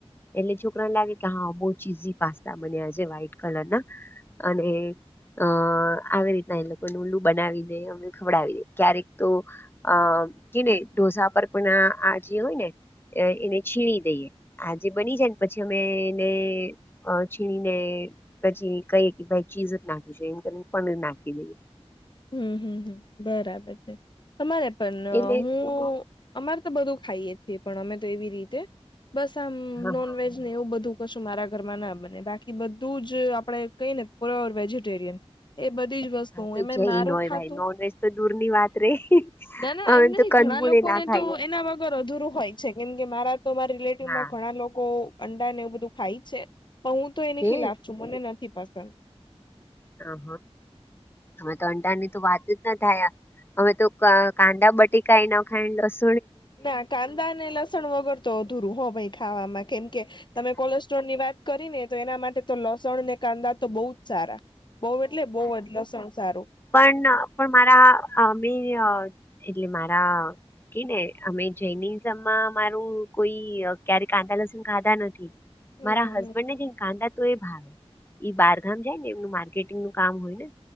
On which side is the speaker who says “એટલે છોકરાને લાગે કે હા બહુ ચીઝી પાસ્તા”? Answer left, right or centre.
Left